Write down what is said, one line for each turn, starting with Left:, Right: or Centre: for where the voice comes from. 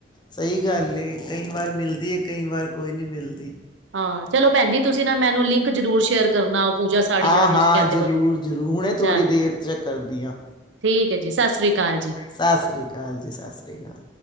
Left: ਸਹੀ ਗੱਲ ਹੈ ਕਈ ਵਾਰ ਮਿਲਦੀ ਹੈ ਕਈ ਵਾਰ ਕੋਈ ਨੀ ਮਿਲਦੀ।
Right: ਹਾਂ ਚਲੋ ਭੈਣ ਜੀ ਤੁਸੀਂ ਨਾ ਮੈਨੂੰ ਲਿੰਕ ਜ਼ਰੂਰ ਸ਼ੇਅਰ ਕਰਨਾ। ਪੂਜਾ ਸਾੜੀ
Left: ਆ
Right: ਜਿਹੜਾ ਤੁਸੀਂ
Left: ਹਾਂ
Right: ਕਹਿੰਦੇ
Left: ਜ਼ਰੂਰ-ਜ਼ਰੂਰ
Right: ਪਏ ਹੋ ਉਹਦਾ
Left: ਹੁਣੇ
Right: ਚਲ
Left: ਥੋੜ੍ਹੀ ਦੇਰ ਚ ਕਰਦੀ ਆ।
Right: ਠੀਕ ਹੈ ਜੀ ਸਸ ਸ੍ਰੀ ਕਾਲ ਜੀ।
Left: ਸਸ ਸ੍ਰੀ ਕਾਲ ਜੀ, ਸਸ ਸ੍ਰੀ ਕਾਲ।